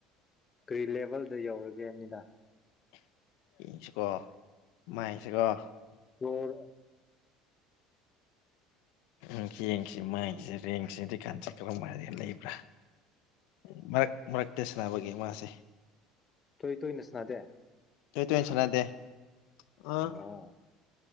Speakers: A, on the left; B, on the left.
A: ꯀꯔꯤ ꯂꯦꯚꯦꯜꯗ ꯌꯧꯔꯒꯦꯕꯅꯤꯗ
B: ꯌꯦꯁꯨꯀꯣ ꯃꯥꯏꯁꯤꯀꯣ ꯍ
A: ꯔꯣꯔ
B: ꯎꯝ ꯌꯦꯡꯁꯤ ꯃꯥꯡꯁꯤꯦ ꯔꯦꯡꯁꯤ ꯀꯀꯥꯟꯁꯦ ꯀꯔꯝ ꯃ ꯂꯩꯕ꯭ꯔꯥ ꯎ ꯃꯔꯛ ꯃꯔꯛꯇ ꯁꯥꯟꯅꯕꯒꯦ ꯃꯥꯁꯦ
A: ꯇꯣꯏ ꯇꯣꯏꯅ ꯁꯅꯥꯗꯦ
B: ꯇꯁꯅꯗꯦ ꯑꯥ
A: ꯑꯣ